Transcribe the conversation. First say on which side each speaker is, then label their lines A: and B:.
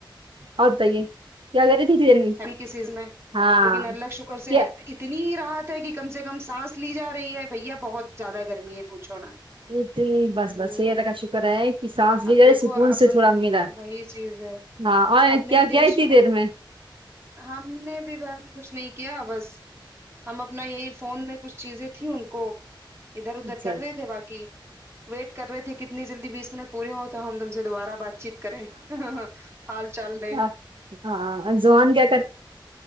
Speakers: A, on the right; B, on the right.
A: اور بتائیے کیا کر رہی تھی دیر میں
B: ہلکی سیز میں
A: ہاں
B: لیکن اللہ شکر سے
A: کیا
B: اتنی رات ہے کہ کم سے کم سانس لی جا رہی ہے بھیا بہت زیادہ گرمی ہے پوچھو نا
A: اتنی بس
B: ہوں
A: بس یہی اللہ کا شکر ہے کہ سانس لی
B: اب
A: جائے
B: دیکھو
A: سکون
B: اپن
A: سے تھوڑا ملا
B: وہی چیز ہے
A: ہاں اور
B: اپنے
A: کیا
B: ہی
A: کیا
B: دیش
A: اتنی دیر میں
B: ہم نے بھی بہن کچھ نہیں کیا بس ہم اپنا یہی فون میں کچھ چیزیں تھیں ان کو ادھر ادھر
A: اچھا
B: کر
A: اچھا
B: رہے تھے باقی ویٹ کر رہے تھے کتنی جلدی بیس منٹ پورے ہو تو ہم تم سے دوبارہ بات چیت کریں حال چال لے
A: ہاں ہاں زوہان کہ